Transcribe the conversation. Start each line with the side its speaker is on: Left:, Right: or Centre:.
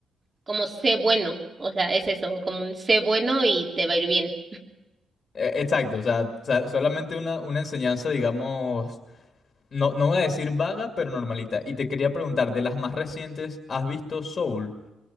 Right: como sé bueno, o sea, es eso, como un sé bueno y te va a ir bien.
Left: Eh, exacto, o sea, o sea, solamente una, una enseñanza, digamos, no, no voy a decir vaga, pero normalita. Y te quería preguntar, de las más recientes, ¿has visto Soul?